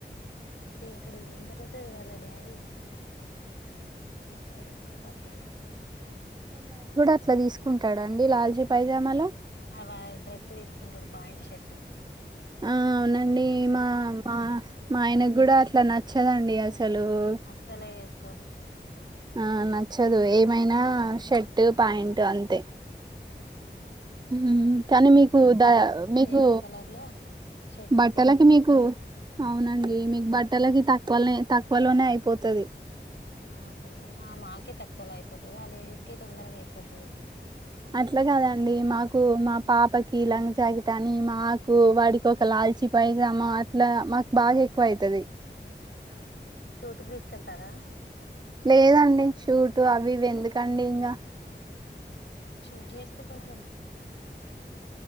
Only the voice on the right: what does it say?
ఇట్లా తీసుకుంటాడండి లాల్చీ పైజామాల
ఆ అవునండి
మా
మా
మా ఆయనకు కూడా అట్లా నచ్చదండి అసలు హలో
ఆ నాక్ నచ్చదు ఏమైనా షర్ట్ ప్యాంట్ అంతే
ఊ కానీ మీకు ద
మీకు
బట్టలకి
మీకు
అవునండి
మీకు బట్టలకి తక్ త్వలనే తక్కువలోనే అయిపోతది
అట్లా కాదండి మాకు మా పాపకి లంగ జాకిట్ అని మాకు వాడికి ఒక లా కాల్చి పైజామా అట్లా మాకు బాగా ఎక్కువ ఐతది
లేదండి షూటు అవి ఇవి ఎందుకండి ఇంగ